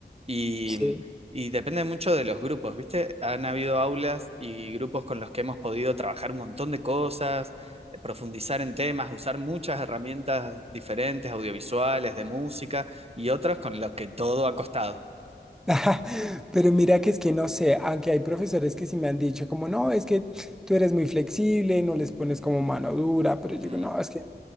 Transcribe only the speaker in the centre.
Sí.
<laughs> Ajá, Pero mira que es que no sé, aunque hay profesores que sí me han dicho como, no, es que tú eres muy flexible, no les pones como mano dura, pero yo
digo, no, es que